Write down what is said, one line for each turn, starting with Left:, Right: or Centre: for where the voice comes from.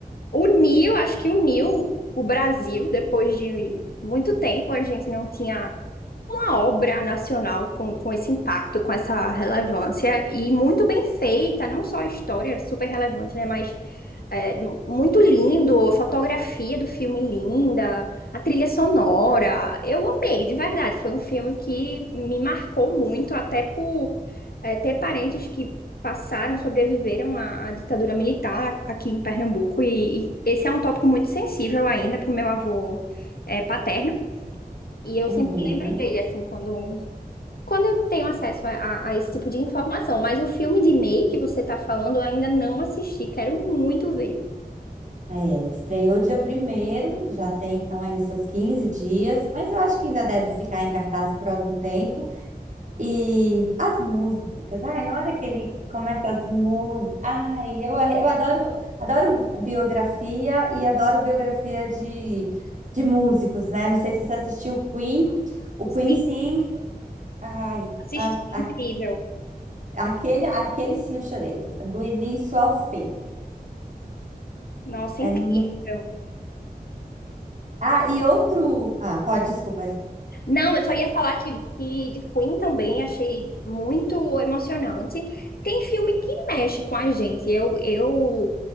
Left: uniu, acho que uniu o Brasil depois de muito tempo. A gente não tinha uma obra nacional com, com esse impacto, com essa relevância e muito bem feita, não só a história super relevante, né, mas é, muito lindo, a fotografia do filme linda, a trilha sonora. Eu amei, de verdade. Foi um filme que me marcou muito, até por é, ter parentes que passaram, sobreviveram à, à ditadura militar aqui em Pernambuco e, e esse é um tópico muito sensível ainda para o meu avô é, paterno. E eu
Right: Uhum.
Left: sempre lembro dele, assim, quando, quando eu tenho acesso a, a- a esse tipo de informação. Mas o filme de Ney que você tá falando, eu ainda não assisti. Quero muito ver.
Right: É, estreou dia primeiro, já tem então aí seus quinze dias, mas eu acho que ainda deve ficar em cartaz por algum tempo. E as músicas, ai, na hora que ele começa as músicas, ai, eu, eu adoro, adoro biografia e adoro biografia de, de músicos, né? Não sei se você assistiu Queen, o
Left: Sim,
Right: Queen sim, ai,
Left: assisti.
Right: a-
Left: Incrível.
Right: a- aquele, aquele sim eu chorei, do início ao fim.
Left: Nossa, incrível.
Right: É mu... Ah, e outro, ah, pode, desculpa,
Left: Não, eu só ia falar que, que de Queen também achei muito emocionante. Tem filme que mexe com a gente. Eu, eu